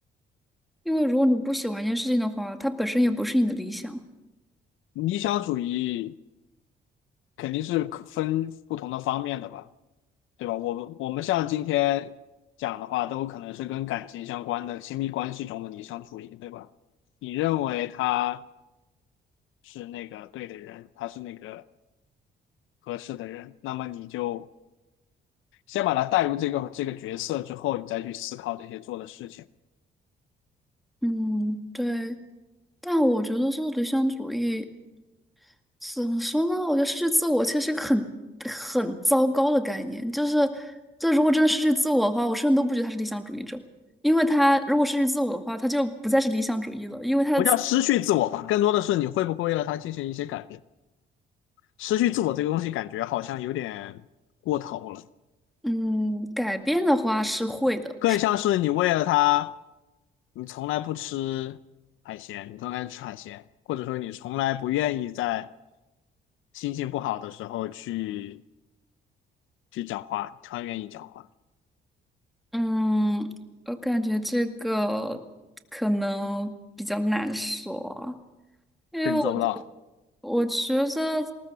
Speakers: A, in the centre; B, on the left.
A: 因为如果你不喜欢一件事情的话，它本身也不是你的理想。
B: 理想主义。肯定是分不同的方面的吧，对吧？我们我们像今天讲的话，都可能是跟感情相关的亲密关系中的理想主义，对吧？你认为他是那个对的人，他是那个合适的人，那么你就先把他带入这个这个角色之后，你再去思考这些做的事情，
A: 嗯，对，但我觉得这理想主义怎么说呢？我觉得失去自我其实是个很很糟糕的概念。就是，这如果真的失去自我的话，我甚至都不觉得他是理想主义者，因为他如果失去自我的话，他就不再是理想主义了，因为他的自
B: 不叫失去自我吧，更多的是你会不会为了他进行一些改变。失去自我这个东西，感觉好像有点过头了。
A: 嗯改变的话是会的。
B: 更像是你为了他，你从来不吃海鲜，你从来不吃海鲜，或者说你从来不愿意在心情不好的时候去去讲话，你突然愿意讲话，
A: 嗯，我感觉这个可能比较难说。因为我
B: 这你做不到。
A: 我觉得